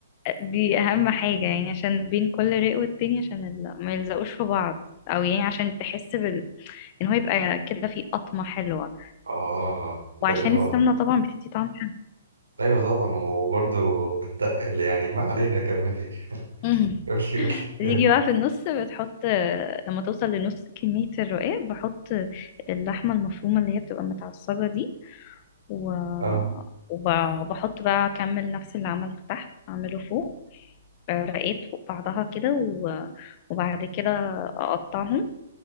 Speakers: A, on the left (about 40°); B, on the right (about 90°).
A: دي أهم حاجة يعني عشان بين كل راق والتاني عشان ال- ما يلزقوش في بعض أو يعني عشان تحس بال... إن هو يبقى كده فيه قطمة حلوة
B: اه ده
A: وعشان
B: اللي هو
A: السمنة طبعا بتدي طعم
B: ايوه طبعا وبرضه بتتقل يعني ما علينا كملي
A: حلو
B: قولي قولي
A: بيجي بقى في النص بتحط لما توصل لنص كمية الرقاق بحط اللحمة المفرومة اللي هي بتبقى متعصجة دي و...
B: اه
A: وب- وبحط بقى أكمل نفس اللي عملته تحت أعمله فوق رقات فوق بعضها كده و... وبعد كده أقطعهم